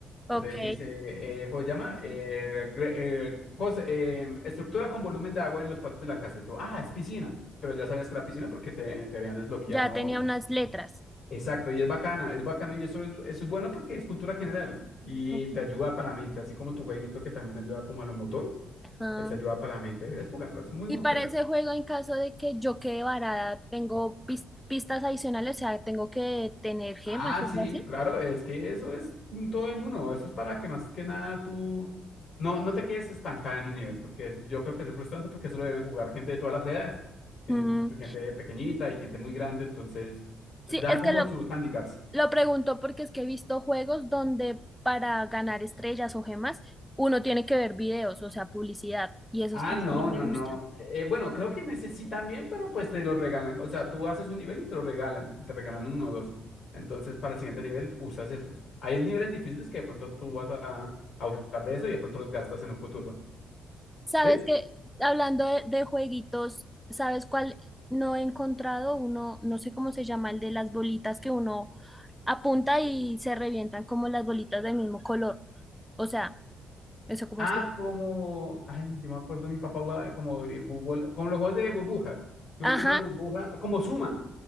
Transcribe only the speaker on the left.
Entonces dice, eh, ¿cómo se llama? Eh, gre- eh, cosa- eh, estructura con volumen de agua en los patios de la casa. Y tú, ah, es piscina. Pero ya sabías que era piscina porque te, te habían desbloqueado.
Exacto, y es bacana, es bacano y eso es, eso es bueno porque es cultura general y
te ayuda para la mente, así como tu jueguito que también ayuda como a lo motor,
eso ayuda para la mente. Deberías jugarlo, es muy
buen
juego.
Ah,
sí,
claro, es que eso es un todo en uno. Eso es para que más que nada tú no, no te quedes estancada en un nivel, porque es- yo creo que eso es frustrante porque eso lo deben jugar gente de todas las edades, en-
gente pequeñita y gente muy grande, entonces dan
como
sus handicaps.
Ah,
no,
no,
no. Eh, bueno, creo que necesitan bien, pero pues te lo regalan. O sea, tú haces un nivel y te lo regalan, te regalan uno o dos. Entonces, para el siguiente nivel usas esos. Hay niveles difíciles que de pronto tú vas a, a usar de eso y de pronto los gastas en el futuro.
¿Sí?
Ah,
como, ay, yo me acuerdo, mi papá jugaba como de bubol- como los juegos de burbujas, que
uno tiene una burbuja, como Suma.